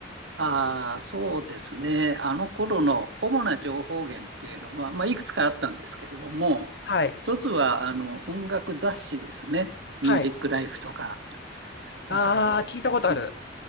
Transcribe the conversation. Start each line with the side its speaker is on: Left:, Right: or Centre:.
Right: ああ、そうですね。あの頃の主な情報源っていうのは、まあ、いくつかあったんですけれども、
Left: はい。
Right: 一つはあの音楽雑誌ですね。ミュージックライフとか、
Left: はい。ああ、
Right: あと、
Left: 聞いたことある。
Right: うん